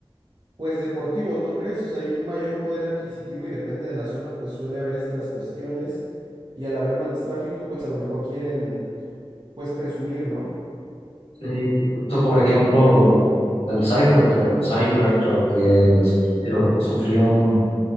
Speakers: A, on the right; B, on the left.
A: Pues deportivos, ¿no crees? O sea, hay un mayor poder adquisitivo y depende de la zona, pues suele haber estas cuestiones y al haber más tráfico, pues a lo mejor quieren, pues presumir, ¿no?
B: Sí, pues, por ejemplo, el Cybertruck, Cybertruck que sufrió, sufrió un,